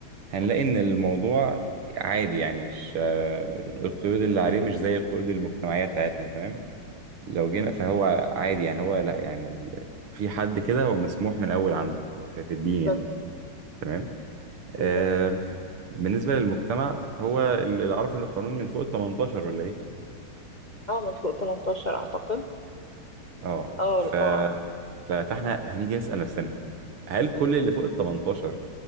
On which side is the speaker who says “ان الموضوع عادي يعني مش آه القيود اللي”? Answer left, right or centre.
Right